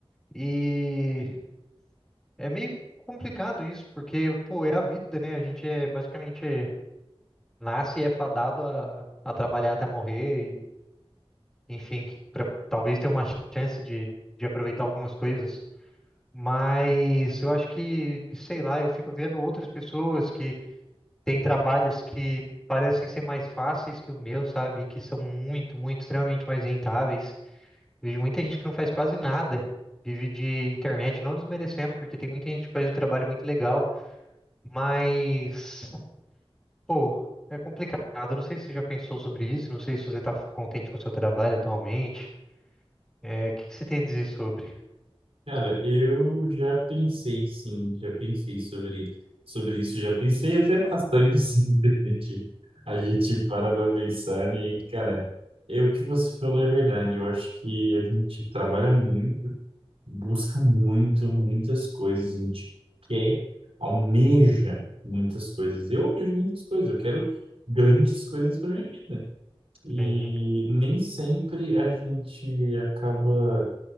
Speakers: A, in the centre; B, on the right.
A: E é meio complicado isso, porque, pô, é a vida, né? A gente é basicamente é, nasce e é fadado a, a trabalhar até morrer enfim, para talvez ter uma chance de, de aproveitar algumas coisas. Mas eu acho que, sei lá, eu fico vendo outras pessoas que têm trabalhos que parecem ser mais fáceis que o meu, sabe? Que são muito, muito, extremamente mais rentáveis. Vejo muita gente que não faz quase nada. Vive de internet, não desmerecendo, porque tem muita gente que faz um trabalho muito legal, mas, pô, é complicado. Eu Não sei se você já pensou sobre isso, não sei se você está contente com o seu trabalho atualmente. É, o que que você tem a dizer sobre?
B: Cara, eu já pensei sim, já pensei sobre, sobre isso, já pensei até bastante sim, <laughs> de repente. A gente para pra pensar né, e, cara, é o que você falou é verdade. Eu acho que a gente trabalha muito, busca muito, muitas coisas, a gente quer, almeja muitas coisas. Eu almejo muitas coisas, eu quero grandes coisas para mim. E
A: Sim,
B: nem sempre a gente acaba